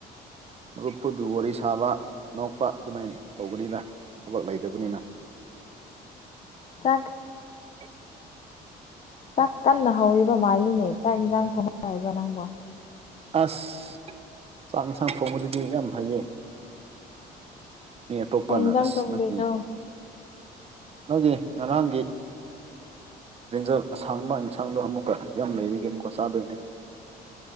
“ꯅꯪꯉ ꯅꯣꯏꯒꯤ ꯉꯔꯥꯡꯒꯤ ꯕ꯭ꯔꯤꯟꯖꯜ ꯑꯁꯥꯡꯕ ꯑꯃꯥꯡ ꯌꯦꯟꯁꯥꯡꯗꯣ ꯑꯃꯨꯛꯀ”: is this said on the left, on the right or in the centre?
Right